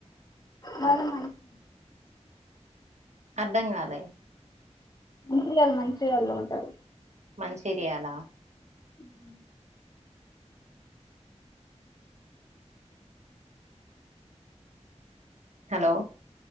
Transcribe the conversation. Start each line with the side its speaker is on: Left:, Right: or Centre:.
Left: మరి మంచి
Right: అర్ధంగాలే
Left: మంత్రిగాళ్ళు మంత్రిగాళ్ల్లో ఉంటారు
Right: మంచి ఏరియా లా
Left: హ్మ్మ్
Right: హలో